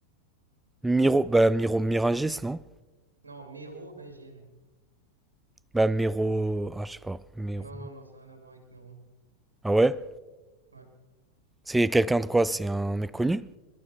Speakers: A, in the centre; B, on the right.
A: Miro, bah Miro Miragis, non?
B: Non, mérovingienne.
A: Bah Miro, ah je sais pas, Miro.
B: Non, non, non, ça n'a rien à voir avec Méro.
A: Ah ouais?
B: Ouais,
A: C'est quelqu'un de quoi? C'est un mec connu?